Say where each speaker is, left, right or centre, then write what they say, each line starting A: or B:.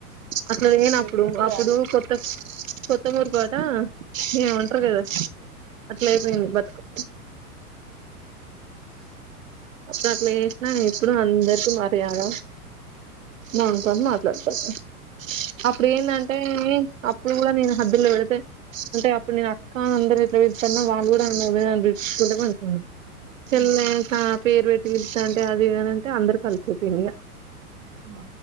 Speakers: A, on the right (about 60°); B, on the right (about 20°).
A: అట్ల లేనప్పుడు
B: పెట్టుకుంటే
A: అప్పుడు
B: చాలు
A: కొత్త కొత్తమూరిపేట ఏం ఉంటరు కదా అట్లయిపోయింది బతుకు అప్పుడు అట్ల చేసిన ఇప్పుడు అందరికీ మర్యాద మ తను మాట్లాడతారు అప్పుడు ఏందంటే అప్పుడు కూడా నేను హద్దుల్లో పెడితే అంటే అప్పుడు నేను అక్కా అందరూ ఎట్లా పిలుత్తున్న వాళ్ళు కూడా అందరూ అదే అని పిలుత్తుంటే అను చెల్లె
B: ఉమ్
A: కా పేరు పెట్టి పిల్ ఎంటే అది ఏనంటే అందరు కలిసే తిని
B: ఆ